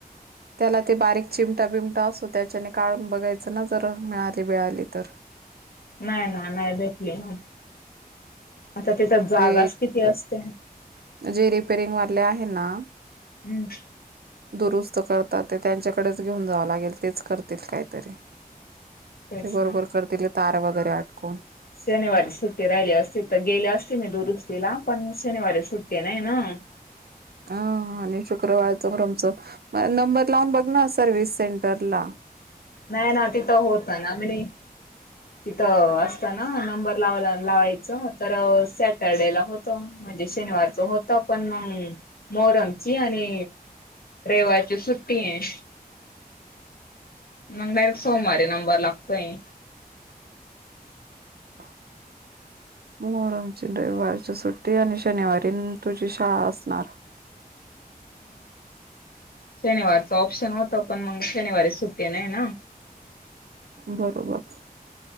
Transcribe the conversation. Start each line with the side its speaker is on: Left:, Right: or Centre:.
Right: त्याला ते बारीक चिमटा बिमटा असो त्याच्याने काढून बघायचं ना जर मिळाली बिळाली तर
Left: नाही ना नाही भेतली ना आता तिथं जागाच
Right: ते
Left: किती असते
Right: जे रिपेरिंग वाले आहे ना
Left: हम्म
Right: दुरुस्त करतात ते त्यांच्याकडेच घेऊन जावं लागेल तेच करतील काहीतरी
Left: तेच
Right: ते बरोबर
Left: ना
Right: करतील तार वगैरे अटकून
Left: शनिवारी सुट्टी राहिली असते तर गेली असती नाही दूर ला पण शनिवारी सुट्टी नाही ना
Right: ह आणि शुक्रवार चंमच नंबर लावून बघ ना सर्विस सेंटर ला
Left: नाही ना तिथं होत नाम तिथं असत ना नंबर लावायला च सटरडे होत म्हणजे शवार होत पण म मोरमची आणि रेवाची सुट्टी आहे मग डायरेक्ट सोमवारी नंबर लागतोय
Right: ह मोरमची रविवारच्या सुट्टी आणि शनिवारी तुझी शाळा असणार
Left: शनिवारच ऑप्शन होत पण मग शनिवारी सुटी नाही ना
Right: बरोबर